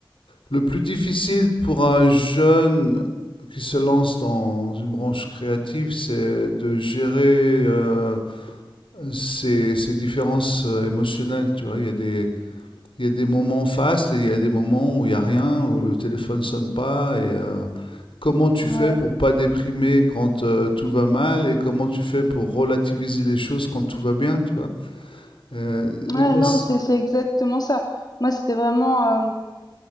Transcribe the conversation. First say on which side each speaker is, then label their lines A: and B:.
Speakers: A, on the left; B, on the left.
A: le plus difficile pour un jeune qui se lance dans une branche créative, c'est de gérer euh, ses, ses différences euh, émotionnelles. Tu vois, il y a des, il y a des moments fastes et il y a des moments où il n'y a rien, où le téléphone sonne pas. Et euh, comment tu
B: Ouais,
A: fais pour pas déprimer quand euh, tout va mal et comment tu fais pour relativiser les choses quand tout va bien, tu vois? Euh, l'exercice,
B: ouais, non, c'est c'est exactement ça. Moi, c'était vraiment, euh,